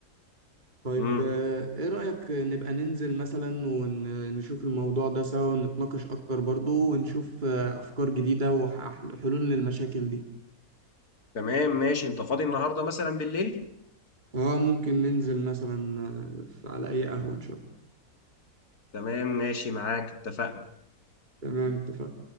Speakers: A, on the right; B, on the left.
A: طيب
B: امم
A: آه، ايه رأيك نبقى ننزل مثلا ونشوف الموضوع ده سوا ونتناقش اكتر برضو ونشوف آه، افكار جديدة وحلول للمشاكل دي
B: تمام ماشي انت فاضي النهارده مثلا بالليل
A: اه ممكن ننزل مثلا آه، على اي قهوة ان شاء الله
B: تمام ماشي معاك اتفقنا
A: تمام اتفقنا